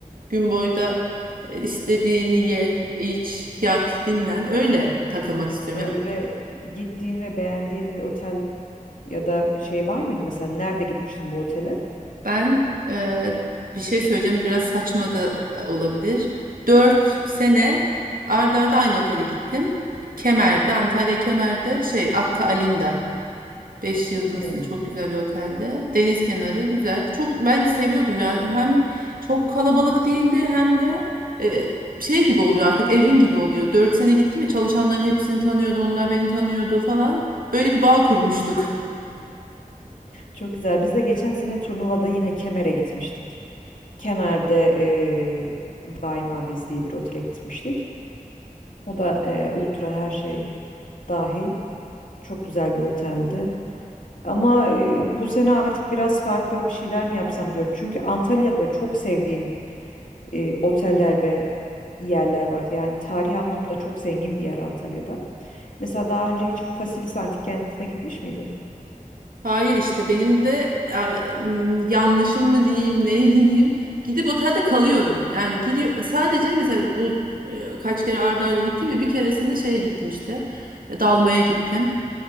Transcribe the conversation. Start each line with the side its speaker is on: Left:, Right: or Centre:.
Right: Gün boyu da e, istediğini ye, iç, yat, dinlen. Öyle takılmak istiyorum
Left: öyle
Right: ya.
Left: gittiğin ve beğendiğin bir otel ya da şey var mıydı? Mesela nerede gitmiştin bu otele?
Right: Ben e, bir şey söyleyeceğim biraz saçma da olabilir. 4 sene ard arda aynı otele gittim. Kemer'de, Antalya Kemer'de şey Akka Alinda. beş yıldızlı
Left: Hmm.
Right: çok güzel bir otelde. Deniz kenarı güzel. Çok ben seviyordum ya. Hem çok kalabalık değildi hem de e, şey gibi oluyor artık evin gibi oluyor. 4 sene gittim ya çalışanların hepsini tanıyordum. Onlar beni tanıyordu falan. Böyle bir bağ kurmuştuk.
Left: Çok güzel. Biz de geçen sene turnuvada yine Kemer'e gitmiştik. Kemer'de eee Daima Biz diye bir otele gitmiştik. O da eee, ultra her şey dahil. Çok güzel bir oteldi. Ama eee, bu sene artık biraz farklı bir şeyler mi yapsam diyorum. Çünkü Antalya'da çok sevdiğim eee, oteller ve yerler var. Yani tarih anlamında çok zengin bir yer Antalya'da. Mesela daha önce hiç Faselis Antik Kenti'ne gitmiş miydin?
Right: Hayır işte benim de e, m, yanlışım mı diyeyim neyim <laughs> diyeyim gidip otelde kalıyorum. Yani gidiyorum sadece mesela bu e, kaç kere arda arda gittim ya bir keresinde şeye gittim işte e, dalmaya gittim.